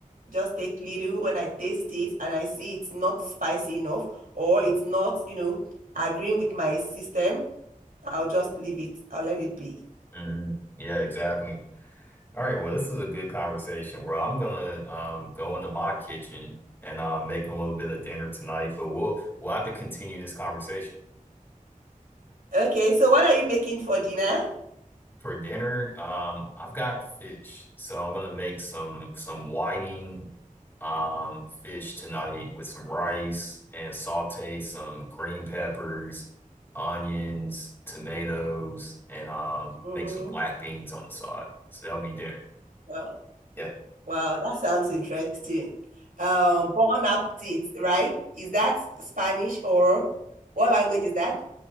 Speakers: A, on the right; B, on the left.
A: just take little and I taste it and I see it's not spicy enough or it's not, you know, agreeing with my system, I'll just leave it. I'll let it be.
B: Mhm. Yeah, exactly. All right, well, this is a good conversation. Well, I'm gonna um go into my kitchen and uh, make a little bit of dinner tonight, but we'll we'll have to continue this conversation.
A: Okay, so what are you making for dinner?
B: For dinner, um, I've got fish, so I'm gonna make some some whiting um fish tonight with some rice and saute some green peppers, onions, tomatoes, and um
A: Mm-hmm.
B: make some black beans on the side. So that'll be dinner.
A: Wow.
B: Yeah.
A: wow, that sounds interesting. Um, bon appetit, right? Is that Spanish or what language is that?